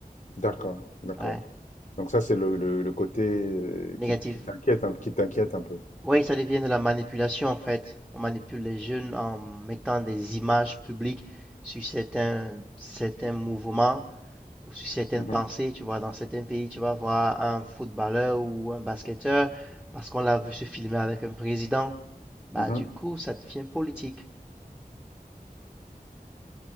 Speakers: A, on the left (about 55°); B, in the centre.
A: D'accord, d'accord.
B: Ouais.
A: Donc ça, c'est le, le, le côté euh,
B: Négatif.
A: qui, qui t'inquiète, un- qui t'inquiète un peu.
B: Oui, ça devient de la manipulation en fait. On manipule les jeunes en mettant des images publiques sur certains, certains mouvements, ou sur certaines
A: Mhm,
B: pensées, tu vois, dans certains pays, tu vas voir un footballeur ou un basketteur parce qu'on l'a vu se filmer avec un président. Bah,
A: mhm.
B: du coup, ça devient politique. <laughs>